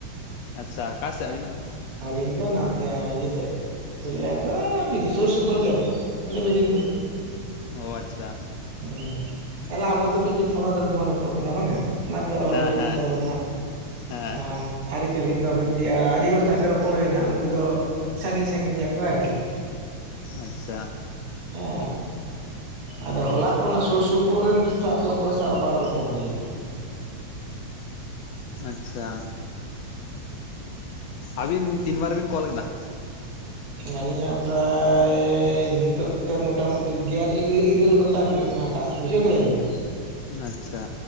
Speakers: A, on the left; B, on the right.
A: ᱟᱪᱪᱷᱟ, ᱟᱠᱟ ᱥᱮᱜ ᱟᱹᱵᱤᱱᱟᱜ ᱫᱚ?
B: ᱟᱹᱞᱤᱧ ᱫᱚ ᱱᱟᱱᱛᱮ ᱤᱭᱟᱹ ᱥᱮᱜ, ᱪᱮᱜ ᱠᱚ ᱞᱟᱹᱭᱟ ᱟᱫᱚ ᱥᱳᱨ ᱥᱳᱯᱳᱨ ᱜᱮᱭᱟ ᱟᱵᱚ ᱫᱚ ᱢᱤᱫᱱᱤᱯᱩᱨ᱾
A: ᱚ ᱟᱪᱪᱷᱟ᱾
B: ᱩᱸ ᱛᱟᱦᱚᱞᱮ ᱟᱵᱚ ᱫᱚ ᱢᱤᱫᱴᱤᱡ ᱯᱚᱱᱚᱛ ᱨᱮᱱ ᱵᱚᱱ ᱨᱚᱯᱚᱲ ᱠᱟᱱᱟ ᱵᱟᱝ᱾ ᱚᱱᱟᱛᱮ ᱨᱚᱲ
A: ᱦᱮᱸ
B: ᱢᱤᱜ
A: ᱦᱮᱸ
B: ᱜᱮ ᱛᱟᱵᱚᱱᱟ᱾
A: ᱦᱮᱸ
B: ᱟᱨ ᱟᱹᱨᱤᱪᱟᱹᱞᱤ ᱠᱚ ᱢᱤᱫ ᱜᱮᱭᱟ᱾ ᱟᱹᱰᱤ ᱦᱚᱲ ᱥᱟᱶ ᱜᱮ ᱨᱚᱯᱚᱲ ᱦᱳᱭᱱᱟ᱾ ᱩᱱᱠᱩ ᱫᱚ ᱥᱟᱺᱜᱤᱧ ᱥᱟᱺᱜᱤᱧ ᱜᱮᱭᱟ ᱠᱚ ᱟᱨ ᱠᱤ᱾
A: ᱟᱪᱪᱷᱟ᱾
B: ᱚ ᱟᱫᱚ ᱦᱚᱞᱟ ᱠᱷᱚᱱᱟᱜ ᱥᱩᱨ ᱥᱩᱯᱩᱨ ᱨᱮᱱ ᱥᱟᱜ ᱫᱚ, ᱚᱠᱚᱭ ᱥᱟᱜ ᱵᱟᱝ ᱨᱚᱯᱚᱲ ᱦᱩᱭ ᱠᱟᱱᱟ᱾
A: ᱟᱪᱪᱷᱟ ᱟᱹᱵᱤᱱ ᱛᱤᱱ ᱵᱟᱨ ᱵᱤᱱ ᱠᱚᱞ ᱠᱟᱫᱟ?
B: ᱟᱹᱞᱤᱧᱟᱜ ᱯᱨᱟᱭᱻ ᱱᱤᱛᱚᱜ ᱛᱮ ᱢᱚᱴᱟᱢᱩᱴᱤ ᱜᱮᱞ ᱤᱨᱟᱹ ᱤᱨᱟᱹᱞ ᱜᱚᱴ ᱴᱟᱝ ᱦᱳᱭᱳᱜ ᱠᱟᱱᱟ ᱴᱟᱥᱠ ᱵᱩᱡᱷᱟᱹᱣ ᱠᱮᱫᱟ ᱵᱤᱱ
A: ᱟᱪᱪᱷᱟ